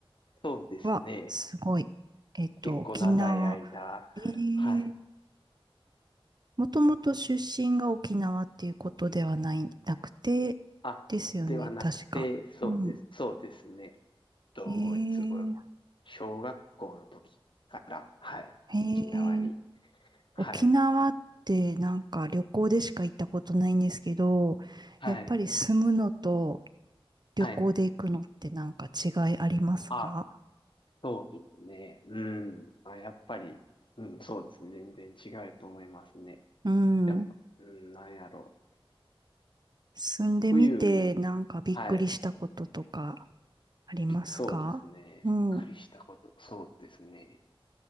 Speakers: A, on the left (about 60°); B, on the right (about 45°).
A: そうですね。
B: わ、すごい。えっと、
A: 結構長い間、
B: 沖縄。えー、
A: はい。
B: もともと出身が沖縄っていうことではない、なくて、
A: あ、
B: ですよね、
A: ではなくて、
B: 確か。
A: そうです、
B: うん。
A: そうですね。えっと、
B: えー、
A: いつご、小学校の時から、はい、
B: え
A: 沖縄に、
B: ー
A: はい、
B: 沖縄ってなんか旅行でしか行ったことないんですけど、
A: はい、
B: やっぱり住むのと旅行で行くのってなんか違いありますか
A: はい。あ、そうですね。うん。あ、やっぱり、うん、そうですね。全然違うと思いますね。
B: うん。
A: やっぱ、うん、なんやろう。
B: 住んでみてなんかびっくりしたこととか
A: 冬、はい。
B: ありますかうん。
A: びっそうですね。びっくりしたこと。
B: う
A: そうですね。